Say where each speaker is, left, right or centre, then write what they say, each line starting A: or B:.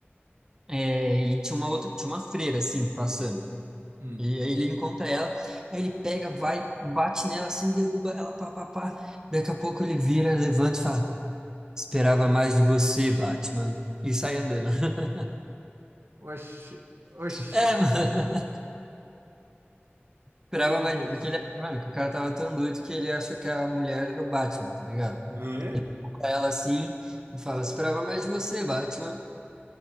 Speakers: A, on the right; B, on the right.
A: É, e tinha uma outra, tinha uma freira, assim, passando.
B: hum.
A: E aí ele encontra ela, aí ele pega, vai, bate nela, assim, derruba ela, pá, pá, pá. Daqui a pouco ele vira, levanta e fala. Esperava mais de você, Batman. E sai andando. <laughs>
B: Oxi, oxi.
A: É, mano. Esperava
B: Meu
A: mais,
B: Deus.
A: porque ele, é, mano, que o cara tava tão doido que ele achou que a mulher era o Batman, tá ligado?
B: Né?
A: Pra ela assim, e fala, esperava mais de você, Batman.